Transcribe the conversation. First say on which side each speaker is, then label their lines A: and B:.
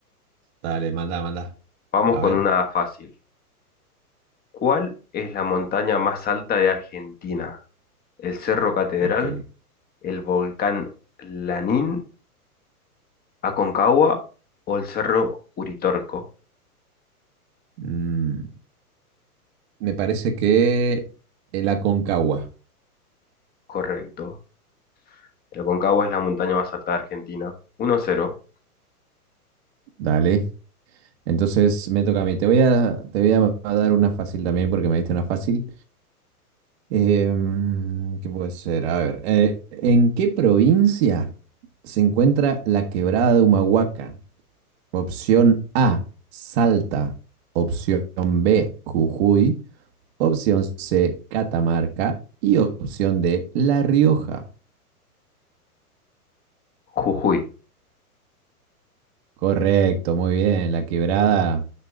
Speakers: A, on the right; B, on the left.
A: Dale, manda, manda.
B: Vamos
A: A
B: con
A: ver.
B: una fácil. ¿Cuál es la montaña más alta de Argentina? ¿El Cerro Catedral,
A: Ok.
B: el volcán Lanín, Aconcagua o el Cerro Uritorco?
A: Mm, me parece que el Aconcagua.
B: Correcto. El Aconcagua es la montaña más alta de Argentina. Uno cero.
A: Dale. Entonces me toca a mí. Te voy a, te voy a dar una fácil también porque me diste una fácil. Em, ¿qué puede ser? A ver, eh, ¿en qué provincia se encuentra la quebrada de Humahuaca? Opción A, Salta. Opción B, Jujuy. Opción C, Catamarca. Y opción D, La Rioja.
B: Jujuy.
A: Correcto, muy bien. La quebrada